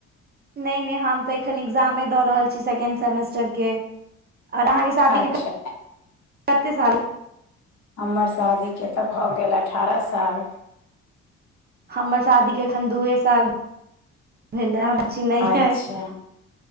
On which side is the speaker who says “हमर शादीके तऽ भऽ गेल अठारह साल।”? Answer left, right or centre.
Left